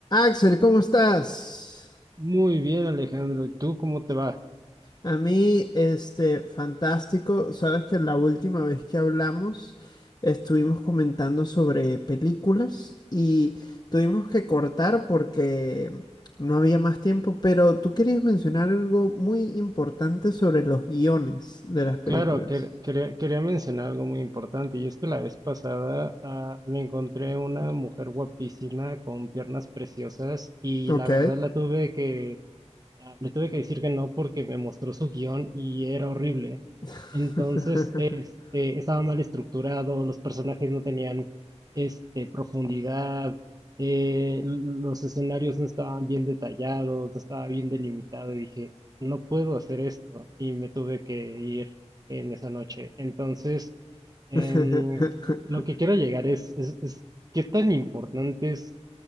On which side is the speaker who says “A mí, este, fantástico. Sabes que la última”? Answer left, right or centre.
Left